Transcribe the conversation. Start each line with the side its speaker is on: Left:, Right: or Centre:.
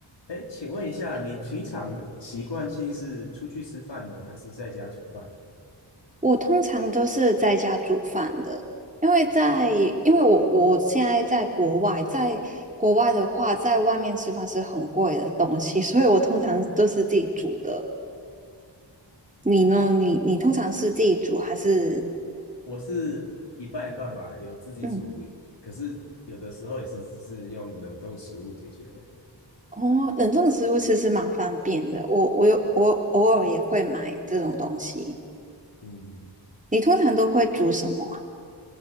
Left: 哎，请问一下，你平常习惯性是出去吃饭呢，还是在家煮饭？
Right: 我通常都是在家煮饭的，因为在因为我我现在在国外，在国外的话，在外面吃饭是很贵的东西，<laughs> 所以我通常都是自己煮的。你呢？你你通常是自己煮还是
Left: 我是一半一半吧，有自己煮，
Right: 嗯
Left: 可是有的时候也是是用冷冻食物解决的
Right: 哦，冷冻食物其实蛮方便的。我我有我偶尔也会买这种东西。
Left: 嗯，
Right: 你通常都会煮什么？